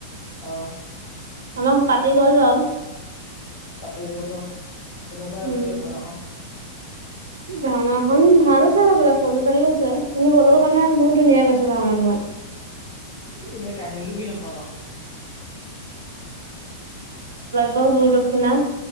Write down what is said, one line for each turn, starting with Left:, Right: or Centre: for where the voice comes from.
Left: আহ'।
Right: আমাৰ পাতি গ'ল বাৰু।
Left: পাতি গ'ল ন, কেনেকুৱা
Right: উম
Left: হৈছিলে ভাওনাখন?
Right: ভাওনাখন ভাল হৈছে হবলা সৰু লআ ছোৱালী লৈছে কিন্তু হ'লেও মানে বহুত ধুনীয়া গৈছে ভাওনা তোমাৰ <inaudible>
Left: এনে কাহিনীটো কিনো ভাওনা খনৰ?
Right: অ ' গুৰু-দক্ষিণা